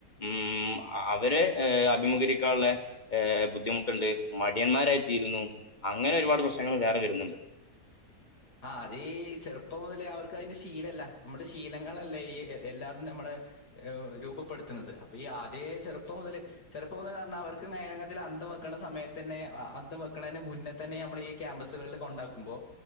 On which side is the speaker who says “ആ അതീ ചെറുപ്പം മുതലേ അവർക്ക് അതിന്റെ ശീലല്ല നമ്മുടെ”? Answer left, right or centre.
Left